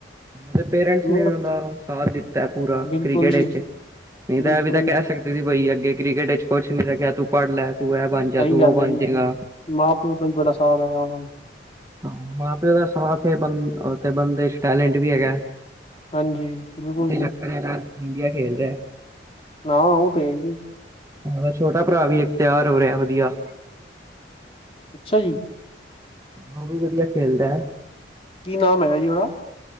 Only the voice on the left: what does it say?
ਮਿਹਨਤ
ਬਿਲਕੁਲ
ਜੀ
ਬਿਲਕੁਲ
ਜੀ
ਸਹੀ
ਗੱਲ
ਹੈ ਜੀ
ਮਾਂ ਪਿਓ ਦਾ ਵੀ ਬੜਾ ਸਾਥ ਹੈਗਾ ਉਹਨਾਂ ਨੂੰ।
ਹਾਂਜੀ ਬਿਲਕੁਲ
ਜੀ
ਹਾਂ ਉਹ ਤੇ ਹੈ ਹੀ ਏ।
ਅੱਛਾ ਜੀ।
ਕੀ ਨਾਮ ਹੈਗਾ ਜੀ ਉਹਦਾ?